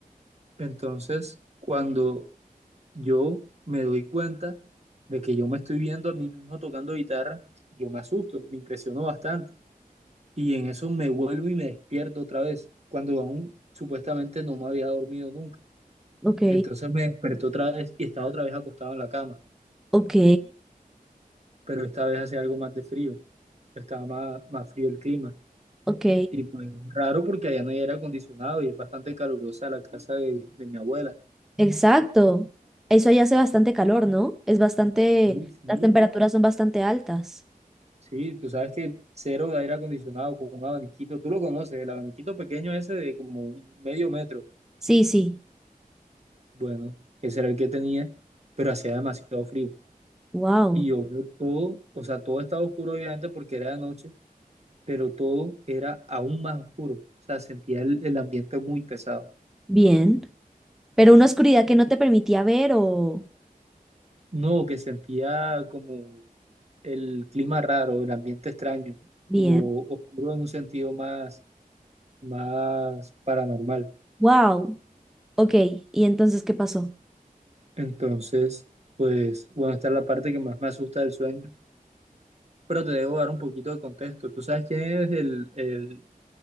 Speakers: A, on the right; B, in the centre.
A: Entonces, cuando yo me doy cuenta de que yo me estoy viendo a mí mismo tocando guitarra, yo me asusto, me impresiono bastante. Y en eso me vuelvo y me despierto otra vez, cuando aún supuestamente no me había dormido nunca.
B: Ok,
A: Entonces me desperté otra vez y estaba otra vez acostado en la cama,
B: ok,
A: pero esta vez hacía algo más de frío, estaba más, más frío el clima.
B: ok.
A: Y pues raro porque allá no hay aire acondicionado y es bastante calurosa la casa de, de mi abuela.
B: Exacto. Eso allá hace bastante calor, ¿no? Es bastante,
A: Sí, sí.
B: las temperaturas son bastante altas.
A: Sí, tú sabes que cero de aire acondicionado con un abaniquito, tú lo conoces, el abaniquito pequeño ese de como un medio metro.
B: Sí, sí.
A: Bueno, ese era el que tenía, pero hacía demasiado frío.
B: Wow.
A: Y yo veo todo, o sea, todo estaba oscuro obviamente porque era de noche, pero todo era aún más oscuro. O sea, sentía el el ambiente muy pesado.
B: Bien. Pero una oscuridad que no te permitía ver o...
A: No, que sentía como el clima raro, el ambiente extraño,
B: Bien.
A: como oscuro en un sentido más, más paranormal.
B: Wow. Ok. ¿Y entonces qué pasó?
A: Entonces, pues, bueno, esta es la parte que más me asusta del sueño, pero te debo dar un poquito de contexto. ¿Tú sabes quién es el, el,